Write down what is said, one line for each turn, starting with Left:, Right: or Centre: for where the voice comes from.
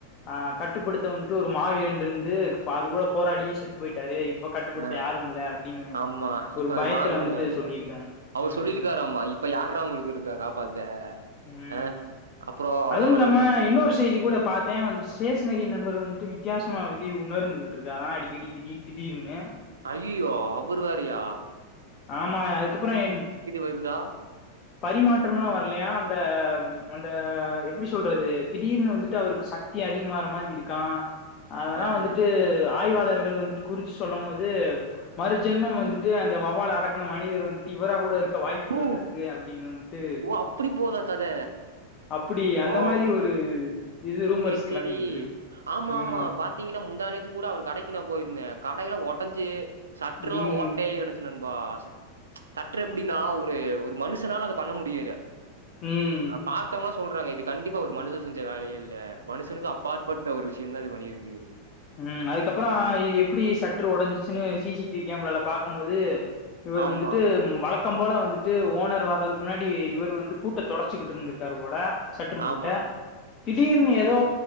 Left: ஆ கட்டுப்படுத்த வந்துட்டு ஒரு மாவிரன் இருந்து அது கூட போராடியே செத்து பொயிட்டாரு இப் இப்ப கட்டுப்படுத்த
Right: அ
Left: யாரும் இல்ல அப்டின்னு
Right: ஆமா. இப்ப
Left: ஒரு
Right: அந்த
Left: பயத்துல
Right: மாவீரன்
Left: வந்துட்டு
Right: யாருல்ல?
Left: சொல்லியிருக்காங்க
Right: அவரு
Left: ம்
Right: சொல்லியிருக்காராமா, இப்ப யார்ரா உங்ளுக்கு இருக்கா காப்பாத்த
Left: ம்
Right: அ அப்புறம்
Left: அதுவும்
Right: நம்ம
Left: இல்லாம
Right: நண்
Left: இன்னொரு செய்தி கூட பாத்தே வந்துட்டு ஸ்டேஷ்னரி நண்பர் வந்துட்டு வித்தியாசமா விதி உணர்ந்துகிட்டு இருக்காரா அடிக்கடி திடீர் திடீர்னு
Right: அய்யோயோ அவருவேரையா
Left: ஆமா யா அதுக்கப்பற என்
Right: வருதா?
Left: பரிமாற்றம்லாம் வரலையா அந்த அந்த எப்டி சொல்றது திடீர்னு வந்துட்டு அவருக்கு சக்தி அதிகமாற மாரி இருக்கா அதெல்லா
Right: ஆஹ.
Left: வந்துட்டு ஆய்வாளர் பக்தர்கள் வந்துட்டு குறிச்சி சொல்லும் போது மறுஜென்மம் வந்துட்டு அந்த வவ்வால் அடக்குன மனிதர் வந்துட்டு இவர கூட இருக் இருக்க வாய்ப்புகள்
Right: ஓ!
Left: இருக்கு அப்டின்னு வந்துட்டு
Right: ஓ! அப்படி போதா கத
Left: அப்டி அந்த
Right: ஓ
Left: மாரி ஒரு இது ரூமர்ஸ்
Right: சேரி
Left: கெளம்பிக்கிட்டு
Right: சேரி
Left: இருக்கு
Right: ஆமா
Left: ம்
Right: ஆமா பாத்தீங்கனா முந்தானேத்து கூட அவர் கடைக்கு நா போயிருந்தே கடையில ஒடஞ்சு சற்றுல்லா
Left: ம்
Right: ஓட்டையா கடஞ்சு நண்பா ச சற்று எப்டினா ஒரு ஒரு மனுஷனால அத பண்ண முடியாது
Left: ம்
Right: பாத்தவ சொன் சொல்றாங்க இது கண்டிப்பா ஒரு மனுஷ செஞ்ச வேலையே இல்ல மனுஷனுக்கு அப்பாற்பட்ட ஒரு விஷயம் தா இது பண்ணிருக்கு
Left: உம் அதுக்கப்றம் இது எப்டி சற்று ஒடஞ்சிச்சுன்னு சி சி டிவி கேமரால பாக்கும் போது இவர்
Right: ஆமா
Left: வந்துட்டு வழக் வழக்கம் போல வந்துட்டு ஓனர் வர்றதுக்கு முன்னாடி இவரு வந்து பூட்ட தொடச்சுகிட்டு இருந்துருக்காரு போல சட்று பூட்ட
Right: ஆமா
Left: திடீர்னு ஏதோ